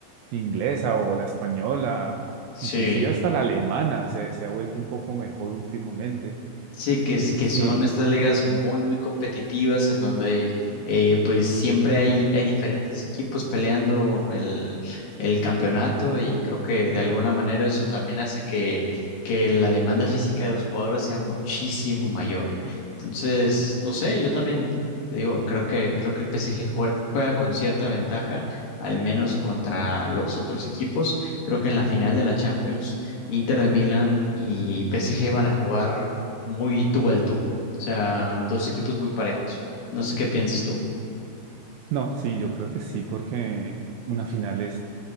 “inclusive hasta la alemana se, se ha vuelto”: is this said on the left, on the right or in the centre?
Right